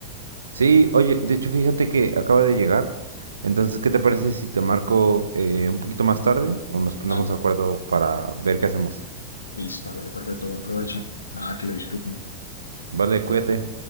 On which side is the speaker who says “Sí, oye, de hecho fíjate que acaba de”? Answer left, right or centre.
Right